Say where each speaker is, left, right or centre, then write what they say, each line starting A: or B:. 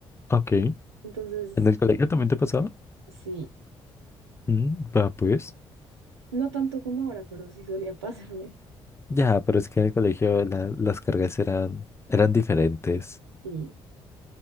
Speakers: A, on the left; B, on the right.
A: Ok. En
B: Entonces,
A: el colegio, también te pasaba?
B: sí,
A: mm, va, pues,
B: no tanto como ahora, pero sí solía <laughs> pasarme.
A: ya, pero es que en el colegio la- las cargas eran, eran diferentes.
B: Sí,